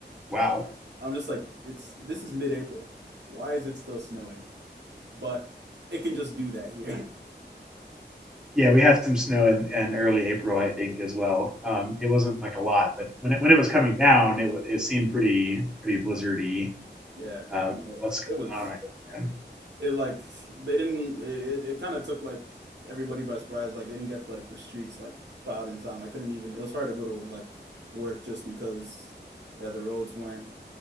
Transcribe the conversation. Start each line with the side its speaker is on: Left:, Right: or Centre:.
Centre: Wow.
Right: I'm just like, it's this is mid-April. Why is it still snowing? But it can just do that here. <laughs>
Centre: Yeah, we had some snow in, in early April, I think, as well. Um, it wasn't like a lot, but when it when it was coming down, it it seemed pretty pretty blizzardy.
Right: Yeah,
Centre: Um,
Right: no,
Centre: what's going
Right: it was
Centre: on right now,
Right: it like they didn't it, it kind of took like everybody by surprise. Like they didn't get like the streets like plowed in time. I couldn't even. It was hard to go to like work just because yeah the roads weren't